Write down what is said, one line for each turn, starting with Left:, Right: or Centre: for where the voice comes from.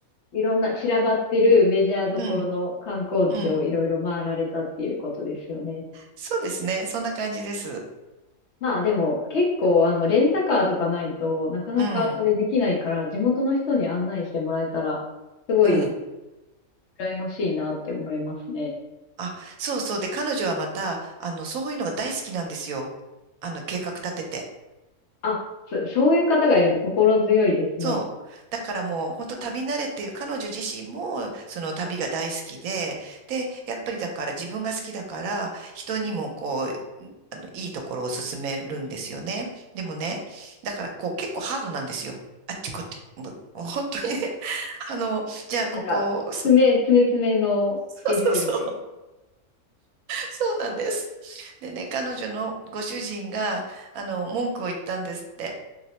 Left: いろんな散らばってるメジャーどころの観光地をいろいろ回られたっていうことですよね。
Right: うん、うん。そうですね。そんな感じです。
Left: まあでも結構あのレンタカーとかないとなかなかそれできないから地元の人に案内してもらえたらすごい
Right: うん、うん。
Left: 羨ましいなって思いますね。
Right: あ、そうそう。で、彼女はまた、あの、そういうのが大好きなんですよ。あの、計画立てて。
Left: あ、そ、そういう方がいると心強いですね。
Right: そう。だからもう、本当旅慣れてる、彼女自身も、その旅が大好きで、で、やっぱりだから自分が好きだから、人にもこう、んあの、いいところを勧めるんですよね。でもね、だからこう、結構ハードなんですよ。あっちこっち、もうもう本当にね、<laughs> あの、じゃあここ、
Left: なんか詰め、
Right: そ
Left: 詰め詰めのスケジュールで
Right: うそうそうそうなんです。でね、彼女のご主人が、あの、文句を言ったんですって。